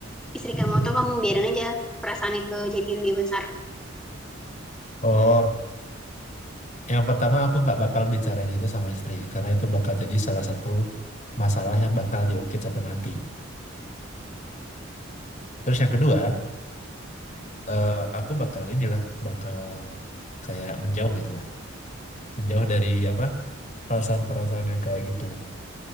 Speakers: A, in the centre; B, on the left.
A: istri kamu atau kamu biarin aja perasaan itu jadi lebih besar?
B: Oh, yang pertama aku nggak bakal bicarain itu sama istri, karena itu bakal jadi salah satu masalah yang bakal diungkit sampai mati. Terus yang kedua, eh, aku bakal inilah, bakal kayak menjauh gitu lah, menjauh dari apa? perasaan-perasaan yang kayak gitu